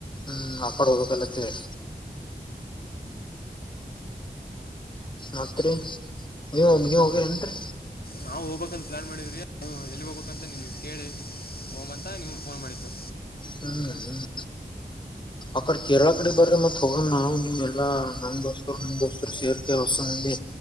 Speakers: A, on the left; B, on the left.
A: ಹ್ಹಾ. ಆಕಡೆ ಹೋಗ್ಬೇಕು ಅಂಲಕತಿವ್ರಿ. ಮತ್ರಿ ನೀವು ನೀವ್ ಹೋಗಿರೆನ್ರಿ.
B: ನಾವವು ಹೋಗ್ಬೇಕಂತ ಪ್ಲಾನ್ ಮಾಡಿದಿವ್ರಿ ಎಲ್ಲಿಗ್ ಹೋಗ್ಬೇಕಂತ ನಿಮ್ ಕೇಳಿ ಹೋಮಂತ ನಿಮ್ ಫೋನ್ ಮಾಡಿದ್ದು.
A: ಹ್ಮ್ ಹ್ಮ್ ಆ ಕಡೆ ಕೇರಳ ಕಡೆ ಬರ್ರಿ ಮತ್ ಹೋಗ್ ನಾವು ನಿಮ್ ಎಲ್ಲ ನಮ್ ದೋಸ್ತರು ನಿಮ್ ದೋಸ್ತರು ಸೇರ್ಕ ಹೊಸ್ ಮಂದಿ